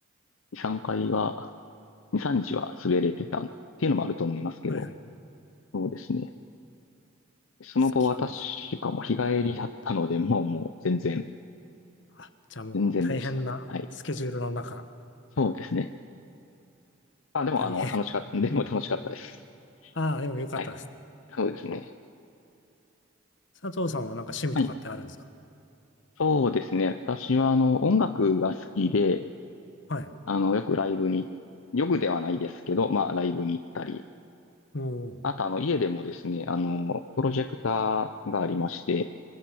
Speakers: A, on the left (about 85°); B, on the left (about 60°).
A: 2、3回は、2、3日は滑れてたっていうのもあると思いますけど、
B: はいはい。好
A: そうですね。スノボは確かもう日帰りだったので、
B: きね。
A: もうもう全然、
B: あ、じゃあもう大変なスケジュールの中。
A: 全然でした。はい。そうですね。あ、でもあの、
B: 大変。
A: 楽しかった、でも楽しかったです。
B: うん。ああ、でもよかったです。
A: はい。そうですね。
B: 佐藤さんはなんか趣味とかってあるんですか
A: はい。そうですね。私はあの、音楽が好きで、
B: はい。
A: あの、よくライブに、よくではないですけど、まあ、ライブに行ったり、
B: も
A: あとあの、家でもですね、あの、プロジェクターがありまして、